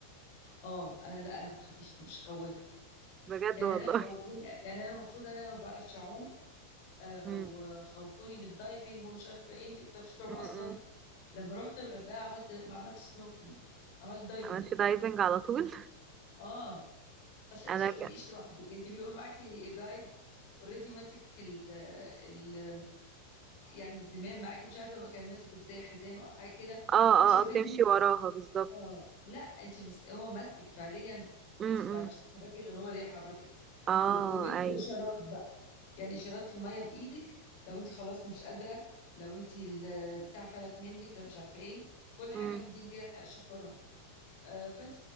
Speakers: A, on the left; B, on the right.
A: اه انا لا انا ما بتخافيش مش خوافه
B: بجد
A: يعني
B: والله
A: انا خوفوني يعني انا المفروض انا ما بعرفش اعوم آه،
B: مم.
A: وخوفوني بالدايفنج ومش عارفه ايه انت ما بتعرفيش تعوم
B: مم.
A: اصلا
B: مم.
A: لما رحت الغردقه عملت ما عملتش سنوركلينج عملت دايفنج
B: عملتي دايفنج على طول
A: اه اصل انت
B: انا
A: ما بتبقيش
B: ك... اه
A: لوحدك انت بيبقى معاكي جايد اوريدي ماسك ال ال يعني الزمام معاكي مش عارفه ما كان ماسك ازاي حزام او حاجه كده
B: اه
A: فانت اوريدي
B: آه، بتمشي وراها بالظبط
A: اه لا انت ماسك هو ماسكك فعليا
B: امم
A: انت ما بتعرفيش
B: إمم.
A: تتحركي غير هو اللي يحركك
B: اه
A: وب- وبينكم
B: ايوه
A: اشارات بقى يعني اشارات في الميه بايدك لو انت خلاص مش قادره لو انت ال- بتاع فلت منك لو مش عارفه ايه كل حاجه
B: امم
A: من دي ليها اشاره آه، فانت